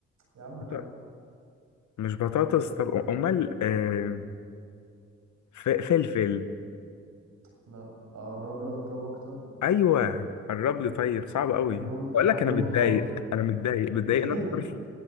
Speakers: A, on the right; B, on the left.
A: يا عم
B: بط-
A: لا
B: مش بطاطس طب امال آه ف- فلفل
A: لا اقرب لك طب اكتر
B: ايوه قرب لي طيب صعب قوي
A: لونها
B: بقول لك
A: لونها
B: انا متضايق انا متضايق
A: <laughs>
B: متضايقني اكتر